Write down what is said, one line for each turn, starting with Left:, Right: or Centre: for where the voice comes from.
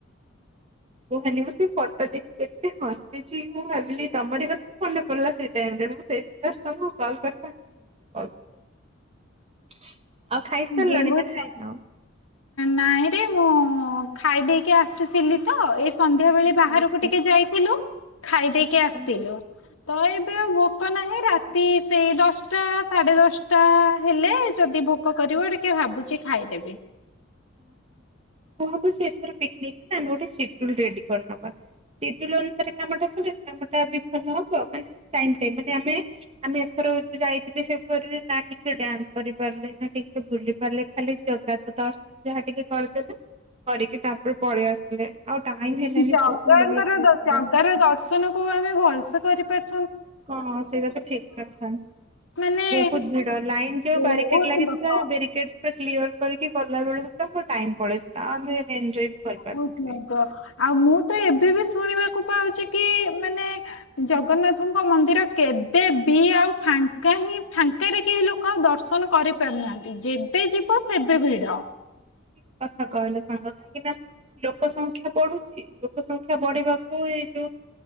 Right: କୁହନି ମୁଁ ସେ ଫଟୋ ଦେଖିକି ଏତେ ହସିଛି ମୁଁ ଭାବିଲି ତମର କଥା ହିଁ ମନେ ପଡିଲା ସେ ଟାଇମ୍ ରେ ମୁଁ ସେଇଥିପାଇଁ ଜଷ୍ଟ ତମକୁ କଲ କରିଥାନ୍ତି ତମେ ମତେ କଲ୍ କରିଲ। ଆଉ ଖାଇସାରିଲଣି
Left: ବହୁତ
Right: ନା ଖାଇନ?
Left: ନାଇଁରେ ମୁଁ ଖାଇଦେଇକି ଆସିଥିଲି ତ ଏଇସୁ ସନ୍ଧ୍ୟା ବେଳେ
Right: ଆଚ୍ଛା
Left: ବାହାରକୁ
Right: ଆଚ୍ଛା।
Left: ଟିକେ ଯାଇଥିଲୁ ଖାଇଦେଇକି
Right: ହଁ
Left: ଆସିଥିଲୁ
Right: ହଁ।
Left: ତ ଏବେ ଆଉ ଭୋକ ନାହିଁ ରାତି ସେ ସେଇ ଦଶଟା ସାଢ଼େ ଦଶଟା ହେଲେ ଯଦି ଭୋକ କରିବ, ଟିକେ ଭାବୁଚି ଖାଇଦେବି।
Right: ଓହୋ ମୁଁ ଭାବୁଛି ସେଥିରେ ପିକିନିକ୍ ଆମେ ଗୋଟେ ସେଡୁଲ ରେଡି କରିନବା ସେଡୁଲ ଅନୁସାରେ କାମଟା କଲେ କାମଟା ବି ଭଲ ହବ ମାନେ ଟାଇମ୍ ଟାଇମ୍ ଆମେ ଆମେ ଏଥର ଯାଇଥିଲେ ଫେବୃଆରୀ ନା ଠିକ୍ ସେ ଡ୍ୟାନ୍ସ କରିପାରିଲେ ନା ଠିକ୍ ସେ ବୁଲି ପାରିଲେ ଖାଲି ଜଗାକୁ ଦର୍ଶନ ଯାହା ଟିକେ କରିଦେଲେ, କରିକି ତାପରେ ପଳେଇ ଆସିଥିଲେ ଆଉ ଟାଇମ ହେଲାନି
Left: ଜଗାଙ୍କର
Right: ବହୁତ ଭଲ ଭଲ ପ୍ଲେସ
Left: ଦ
Right: ଥିଲା।
Left: ଜଗା ର ଦର୍ଶନ କୋଉ ଆମେ ଭଲସେ କରିପାରି
Right: ହଁ ସେଇଟା ତ ଠିକ୍ କଥା
Left: ମାନେ
Right: ବହୁତ ଭିଡ଼ ଲାଇନ ଯୋଉ
Left: ବହୁତ
Right: ବାରିକେଟ୍ ଲାଗିଥିଲା
Left: ଲୋକ।
Right: ବେରିକେଟ୍ ପୁରା କ୍ଲିୟର କରିକି ଗଲା ବେଳକୁ ତ ମୋର ଟାଇମ ପଳେଇଥିଲା ଆମେ ଏନଜୟ ବି କରିପାରିନଥିଲେ।
Left: ବହୁତ ଗରମ ଆଉ ମୁଁ ତ ଏବେ ବି ଶୁଣିବାକୁ କୁ ପାଉଛି କି ମାନେ ଜଗନ୍ନାଥଙ୍କ ମନ୍ଦିର କେବେ ବି ଆଉ ଫାଙ୍କା ହିଁ ଫାଙ୍କାରେ କେହି ଲୋକ ଆଉ ଦର୍ଶନ କରିପାରୁନାହାନ୍ତି ଯେବେ ଯିବ ସେବେ ଭିଡ।
Right: ଠିକ୍ କଥା କହିଲ। ସାଙ୍ଗ କାହିଁକି ନା ଲୋକ ସଂଖ୍ୟା ବଢୁଛି ଲୋକ ସଂଖ୍ୟା ବଢିବାକୁ ଏଇ ଯୋଉ